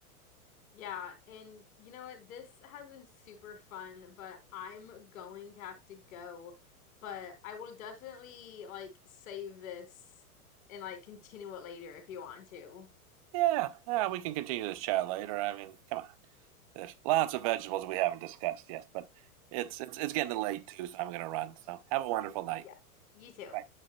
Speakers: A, on the left (about 65°); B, on the right (about 25°).
A: yeah, and you know what? This has been super fun, but I'm going to have to go, but I will definitely, like, save this and, like, continue it later if you want to.
B: yeah, yeah. We can continue this chat later. I mean, come on, there's lots of vegetables we haven't discussed yet, but it's it's it's getting late too, so I'm gonna run. So have a wonderful
A: But
B: night.
A: yeah, you too.
B: Bye.